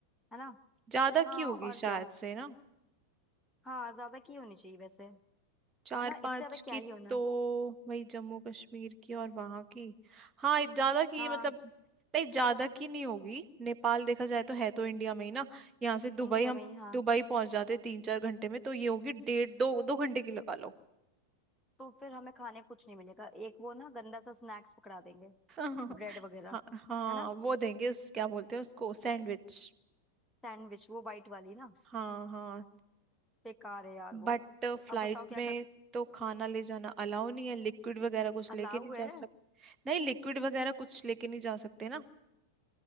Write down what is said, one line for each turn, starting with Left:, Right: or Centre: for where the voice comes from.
Centre: है ना
Right: ज्यादा
Centre: हाँ
Right: की होगी
Centre: और
Right: शायद
Centre: क्या
Right: से ना
Centre: हाँ ज्यादा की होनी चाहिए वैसे है
Right: चार
Centre: ना
Right: पांच
Centre: इससे ज्यादा क्या
Right: की
Centre: ही होना
Right: तो वही जम्मू कश्मीर की और वहां की हाँ ज्यादा की
Centre: हाँ
Right: मतलब नहीं ज्यादा की नहीं होगी नेपाल देखा जाए तो है तो इंडिया में ही ना यहाँ से दुबई
Centre: इंडिया
Right: हम
Centre: में ही हाँ
Right: दुबई पहुंच जाते तीन चार घंटे में तो ये होगी डेढ़ दो दो घंटे की लगा लो
Centre: तो फिर हमें खाने कुछ नहीं मिलेगा एक वो ना गंदा सा स्नैक्स पकड़ा देंगे
Right: हाँ
Centre: ब्रेड वगैरह
Right: हाँ हाँ
Centre: है ना
Right: वो देंगे उस क्या बोलते हैं उसको सैंडविच
Centre: सैंडविच वो वाइट वाली ना
Right: हाँ हाँ
Centre: बेकार है यार वो
Right: बट फ्लाइट
Centre: अब बताओ क्या
Right: में
Centre: करें
Right: तो खाना ले जाना अलाउ नहीं है लिक्विड वगैरह कुछ लेके
Centre: अलाउ
Right: नहीं जा
Centre: है
Right: सकते नहीं लिक्विड वगैरह कुछ लेके नहीं जा सकते ना